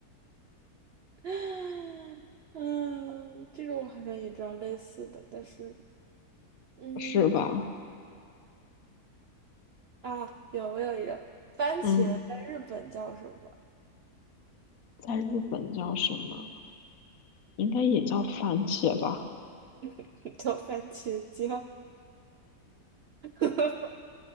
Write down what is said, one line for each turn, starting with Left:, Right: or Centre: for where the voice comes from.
Right: <laughs> 嗯，这个我好像也知道类似的，但是，嗯，
Left: 是吧？
Right: 啊，有，我有一个番茄在日本叫什么？
Left: 嗯，在日本叫什么？应该也叫番茄吧？
Right: <laughs> 叫番茄酱，<laughs>